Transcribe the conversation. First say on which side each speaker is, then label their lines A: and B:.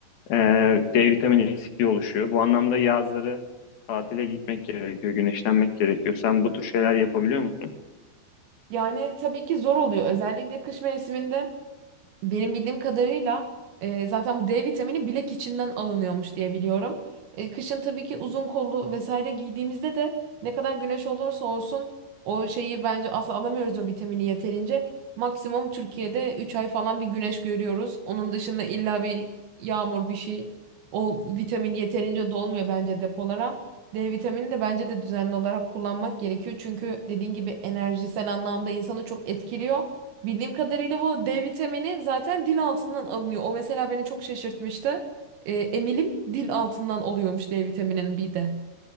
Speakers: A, on the left; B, on the right.
A: E, D vitamini eksikliği oluşuyor. Bu anlamda yazları tatile gitmek gerekiyor, güneşlenmek gerekiyor. Sen bu tür şeyler yapabiliyor musun?
B: Yani tabii ki zor oluyor. Özellikle kış mevsiminde Benim bildiğim kadarıyla e, zaten bu D vitamini bilek içinden alınıyormuş diye biliyorum. E, kışın tabii ki uzun kollu vesaire giydiğimizde de ne kadar güneş olursa olsun o şeyi bence asla alamıyoruz o vitamini yeterince. Maksimum Türkiye'de 3 ay falan bir güneş görüyoruz. Onun dışında illa bir yağmur bir şey. O vitamin yeterince dolmuyor bence depolara. D vitamini de bence de düzenli olarak kullanmak gerekiyor. Çünkü dediğin gibi enerjisel anlamda insanı çok etkiliyor. Bildiğim kadarıyla bu D vitamini zaten dil altından alınıyor. O mesela beni çok şaşırtmıştı. Ee, emilim dil altından oluyormuş D vitamininin bir de.